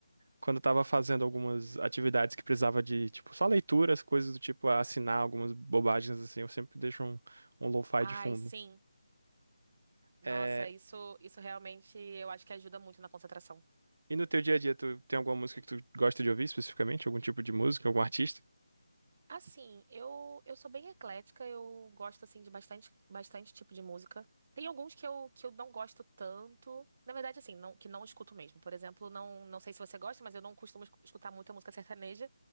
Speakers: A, on the right (about 60°); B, on the right (about 30°).
A: quando eu tava fazendo algumas atividades que precisava de, tipo, só leituras, coisas do tipo, assinar algumas bobagens assim, eu sempre deixo um, um lo-fi
B: Ai,
A: de fundo.
B: sim. Nossa,
A: É,
B: isso, isso realmente eu acho que ajuda muito na concentração.
A: e no teu dia a dia, tu tem alguma música que tu gosta de ouvir especificamente? Algum tipo de música, algum artista?
B: Assim, eu, eu sou bem eclética, eu gosto assim de bastante, bastante tipo de música. Tem alguns que eu, que eu não gosto tanto. Na verdade, assim, não, que não escuto mesmo. Por exemplo, não, não sei se você gosta, mas eu não costumo escu- escutar muita música sertaneja.